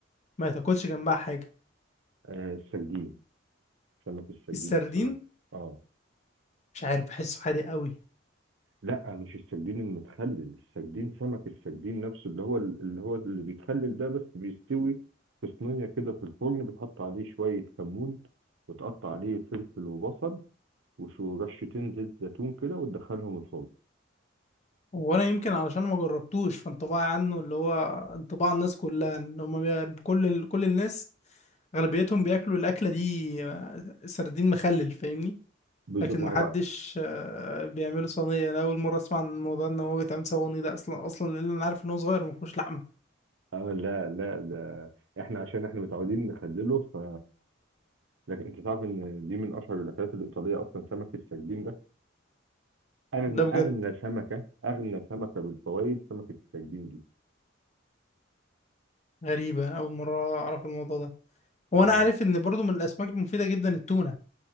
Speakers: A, on the left; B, on the right.
A: ما تاكلش جنبها حاجة
B: آه السردين سمك السردين
A: السردين
B: بصراحه اه
A: مش عارف بحسه حادق قوي
B: لا مش السردين المتخلل السردين سمك السردين نفسه اللي هو اللي هو اللي بيتخلل ده بس بيستوي في صينية كده في الفرن بتحط عليه شوية كمون وتقطع عليه فلفل وبصل وشو رشتين زيت زيتون كده وتدخلهم الفرن
A: وانا يمكن علشان ما جربتوش فانطباعي عنه اللي هو انطباع الناس كلها ان هم بي... كل ال... كل الناس اغلبيتهم بياكلوا الاكلة دي آه، سردين مخلل فاهمني
B: بز...
A: لكن
B: ما
A: محدش
B: هو
A: آه، بيعمله صينية انا اول مرة اسمع عن الموضوع ان هو بيتعمل صواني ده اصلا اصلا لان انا عارف ان هو صغير مفهوش لحمة
B: آه لا لا ده احنا عشان احنا متعودين نخلله ف لكن انت تعرف ان دي من اشهر الاكلات الايطاليه اصلا سمك السردين ده اغنى
A: ده بجد
B: اغنى سمكه اغنى سمكه بالفوائد سمكه السردين دي
A: غريبة انا اول مرة اعرف الموضوع ده وانا
B: اه
A: عارف ان برضو من الاسماك المفيدة جدا التونة